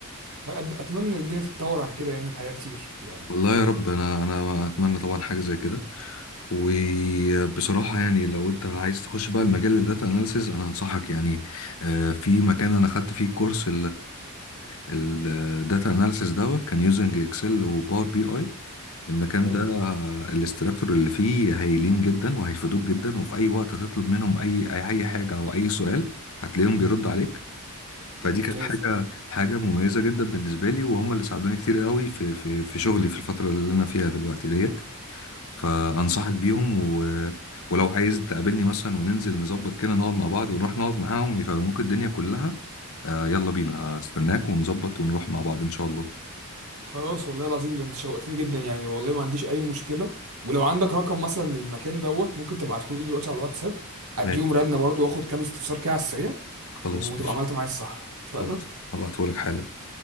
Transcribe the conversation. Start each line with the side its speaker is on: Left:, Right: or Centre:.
Right: أت- اتمنى الدنيا تتطور عن كده يعني الحياه كتير يعني
Left: والله يا رب انا انا اتمنى طبعا حاجه زي كده وبصراحه يعني لو انت عايز تخش بقى المجال الداتا اناليسز انا انصحك يعني آه، في مكان انا خدت فيه كورس الداتا اناليسز دوت كان يوزنج اكسل وباور بي اي المكان
Right: حلو
Left: ده آه، الاستراكتور اللي فيه هايلين جدا وهيفيدوك جدا وفي اي وقت هتطلب منهم اي اي أي حاجه او اي سؤال هتلاقيهم بيرد عليك فدي
Right: ممتاز
Left: كانت حاجة حاجة مميزة جدا بالنسبة لي وهم اللي ساعدوني كتير قوي في في في شغلي في الفترة اللي أنا فيها دلوقتي ديت فأنصحك بيهم و... ولو عايز تقابلني مثلا وننزل نظبط كده نقعد مع بعض ونروح نقعد معاهم يفهموك الدنيا كلها آه يلا بينا هستناك ونظبط ونروح مع بعض إن شاء الله
Right: خلاص والله العظيم ده انت شوقتني جدا يعني والله ما عنديش اي مشكله ولو عندك رقم مثلا للمكان دوت ممكن تبعته لي دلوقتي على الواتساب اديهم
Left: ماشي
Right: رنه برضو واخد كام استفسار كده على السريع
Left: خلاص
Right: وتبقى
Left: ماشي
Right: عملت معايا الصح اتفقنا
Left: خلاص هبعتهولك حالا